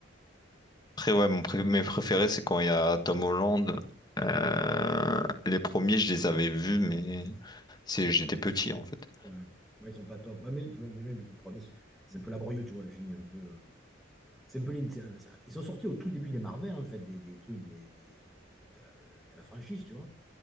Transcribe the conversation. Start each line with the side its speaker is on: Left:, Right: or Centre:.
Left: Après, ouais, mon pré- mes préférés, c'est quand il y a Tom Holland. Euh, les premiers, je les avais vus, mais c'est j'étais petit en fait.
Centre: Ouais, Ouais, ils sont pas top. Ouais, mais, mais même les premiers, sont... c'est un peu laborieux, tu vois, le film est un peu... euh, Sempoline, c'est- euh, ça- ils sont sortis au tout début des Marvel, en fait, des, des trucs des, des- des- de, la, de la franchise, tu vois.